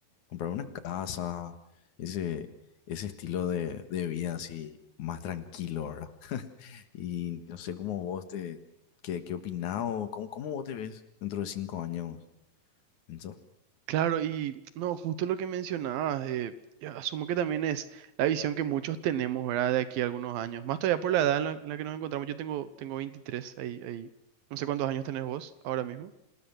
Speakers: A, on the left (about 60°); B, on the right (about 80°).
A: comprar una casa, ese, ese estilo de, de vida así más tranquilo, ¿verdad? <laughs> Y no sé cómo vos te, qué, qué opinás o cómo, cómo vos te ves dentro de cinco años, Enzo.
B: Claro, y no, justo lo que mencionabas, eh, yo asumo que también es la visión que muchos tenemos, ¿verdad? De aquí a algunos años, más todavía por la edad en la, en la que nos encontramos, yo tengo, tengo 23, ahí, ahí, no sé cuántos años tenés vos ahora mismo.